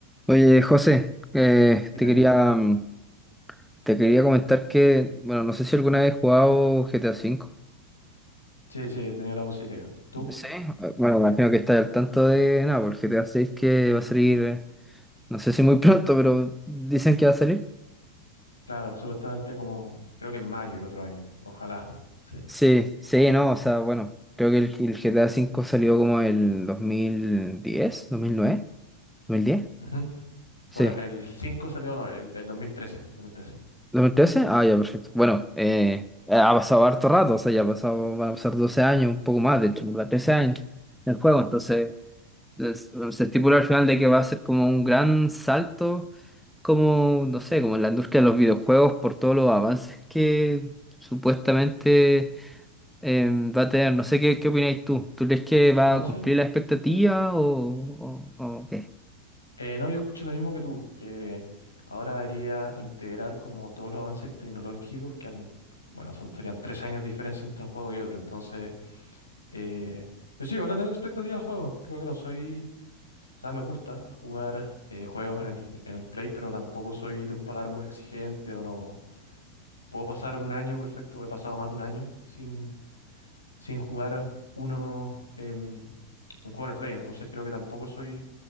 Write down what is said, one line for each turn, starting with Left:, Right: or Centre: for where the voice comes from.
Centre: Oye, José, eh,
Left: Dime.
Centre: te quería, mm, te quería comentar que, bueno, no sé si alguna vez has jugado GTA cinco.
Left: Sí, sí, he tenido la posibilidad. ¿Tú?
Centre: Sí. Eh, Bueno, me imagino que estás al tanto de nada, porque GTA seis que va a salir, eh, no sé si muy <laughs> pronto, pero dicen que va a salir.
Left: Claro, supuestamente como, creo que en mayo el otro año. Ojalá. Sí.
Centre: Sí, sí, no, o sea, bueno, creo que el, el GTA cinco salió como el dos dos mil mil diez dos mil nueve dos mil diez.
Left: Ujú. Por
Centre: Sí.
Left: a- el 5 salió, no, el, el 2013, el 2013.
Centre: ¿2013? Ah, ya, perfecto. Bueno, eh, ha pasado harto rato, o sea, ya ha pasado, van a pasar 12 años, un poco más, de hecho, ¿verdad? 13 años en el juego. Entonces, es- se estipula al final de que va a ser como un gran salto, como, no sé, como en la industria de los videojuegos, por todos los avances que supuestamente eh, va a tener. No sé qué, qué opináis tú. ¿Tú crees que va
Left: No,
Centre: a
Left: sí.
Centre: cumplir la expectativa o, o, o qué?
Left: Eh, no, yo escucho lo mismo que tú, que ahora debería integrar como todos los avances tecnológicos que han, bueno, son, serían tres años de diferencia entre un juego y otro. Entonces, eh, yo sí, vale, tengo expectativa al juego. Creo que no soy, o sea, me gusta jugar eh, juegos en el, en el Play, pero tampoco soy de un paladar muy exigente o no. Puedo pasar un año perfecto, he pasado más de un año sin, sin jugar uno, em, un juego en el Play, entonces creo que tampoco soy